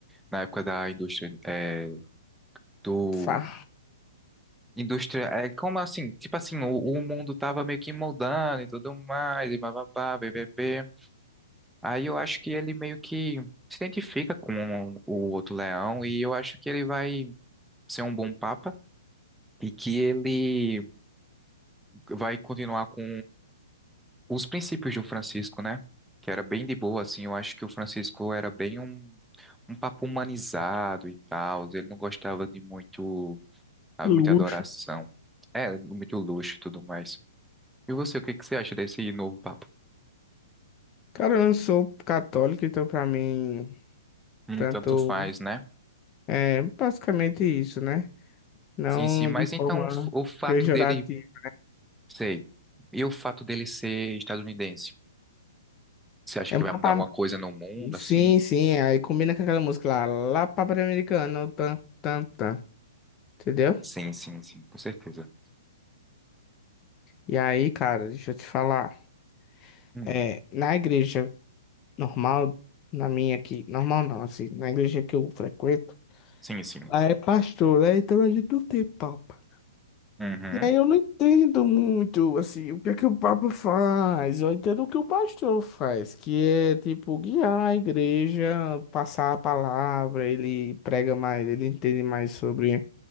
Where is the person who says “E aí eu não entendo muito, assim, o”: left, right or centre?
Left